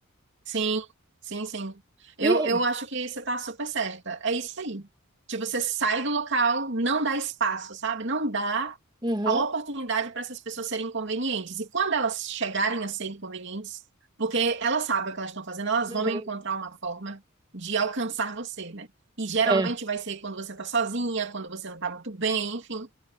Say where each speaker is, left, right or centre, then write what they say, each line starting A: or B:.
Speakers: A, on the right; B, on the right.
A: Sim, sim, sim. Eu,
B: E
A: eu acho que você tá super certa. É isso aí. Tipo, você sai do local, não dá espaço, sabe? Não dá
B: Uhum.
A: a oportunidade para essas pessoas serem inconvenientes. E quando elas chegarem a ser inconvenientes, porque elas sabem o que elas estão fazendo, elas
B: Uhum.
A: vão encontrar uma forma de alcançar você, né? E geralmente
B: É.
A: vai ser quando você tá sozinha, quando você não tá muito bem, enfim.